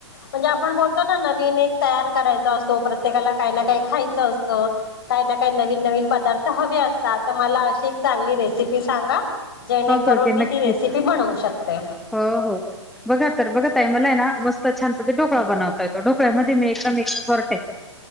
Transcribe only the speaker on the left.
म्हणजे आपण बोलतो ना नवीन एक तयार करायचा असतो प्रत्येकाला. काही ना काही खायचं असतं. काही ना काही नवीन नवीन पदार्थ हवे असतात तर मला अशी एक चांगली रेसिपी सांगा. जेणेकरून
मी
ती रेसिपी बनवू शकते.